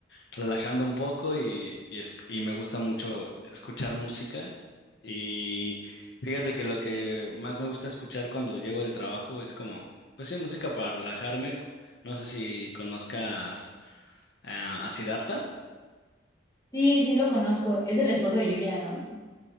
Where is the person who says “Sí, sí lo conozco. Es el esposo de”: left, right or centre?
Left